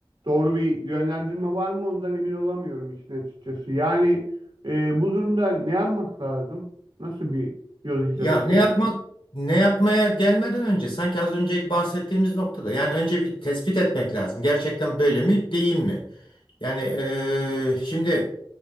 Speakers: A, on the right; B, on the left.
A: doğru bir yönlendirme var mı? Ondan emin olamıyorum işin açıkçası. Yani e, bu durumda ne yapmak lazım? Nasıl bir yol izlemek
B: Ya ne
A: gerekiyor?
B: yapmak ne yapmaya gelmeden önce sanki az önce bahsettiğimiz noktada yani önce bir tespit etmek lazım. Gerçekten böyle mi değil mi? Yani eee, şimdi